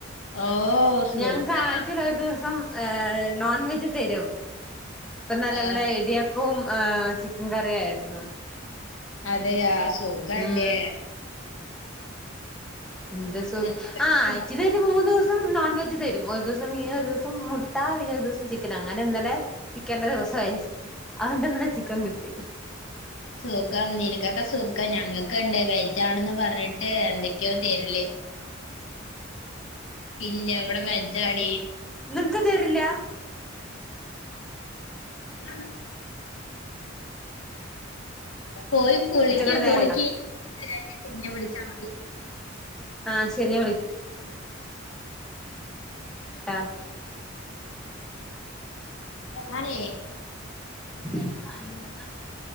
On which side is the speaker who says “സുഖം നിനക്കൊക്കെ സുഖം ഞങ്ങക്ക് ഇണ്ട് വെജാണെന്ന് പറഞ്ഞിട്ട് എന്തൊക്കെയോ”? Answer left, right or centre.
Left